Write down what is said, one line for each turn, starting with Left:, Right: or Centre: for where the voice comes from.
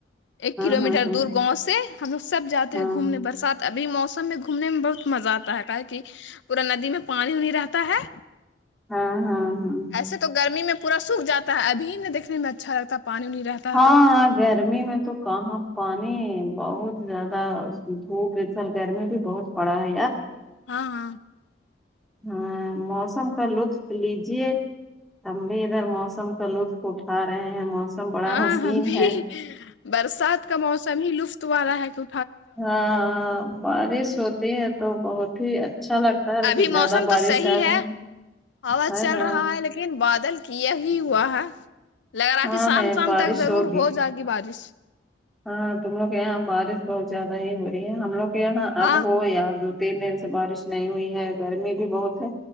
Left: ایک
Centre: ہاں
Left: کلو
Centre: ہاں
Left: میٹر
Centre: ہاں
Left: دور گاؤں سے ہم لوگ سب جاتے
Centre: ہاں
Left: ہیں گھومنے برسات ابھی موسم میں گھومنے میں بہت مزہ آتا ہے کہ کہ پورا ندی میں پانی وانی رہتا ہے
Centre: ہاں ہاں ہاں
Left: ایسے تو گرمی میں پور سوکھ جاتا ہے ابھی نہ دیکھنے میں اچھا لگتا ہے پانی وانی رہتا
Centre: ہاں
Left: ہے تو
Centre: گرمی میں تو کہاں پانی بہت زیادہ دھوپ ایک دم گرمی بھی بہت پڑا ہے یار
Left: ہاں ہاں
Centre: ہاں موسم کا لطف لیجیے ہم بھی ادھر موسم کا لطف اٹھا رہے ہیں موسم بڑا
Left: ہاں
Centre: حسین
Left: ہم بھی
Centre: ہے
Left: ہی ہی۔۔۔ برسات کا موسم ہی لطف والا ہے کیو
Centre: ہاں بارش ہوتی ہے تو بہت ہی اچھا لگتا ہے لیکن
Left: ابھی
Centre: زیادہ
Left: موسم
Centre: بارش
Left: تو صحیح
Centre: سے آدمی
Left: ہے ہوا
Centre: ہے
Left: چل
Centre: نا
Left: رہا ہے لیکن لن بادل کیا ہی ہوا ہے لگ رہا
Centre: ہاں
Left: کہ شام
Centre: نہیں
Left: شام
Centre: بارش
Left: تک ضرور
Centre: ہوگی
Left: ہو جات کی بارش
Centre: ہاں تم لوگ یہاں بارش بہت زیادہ ہی ہو رہی ہے ہم لوگ یہاں
Left: ہاں
Centre: اب ہو یار د تین دن سے بارش نہیں ہوئی ہے گرمی بھی بہت ہے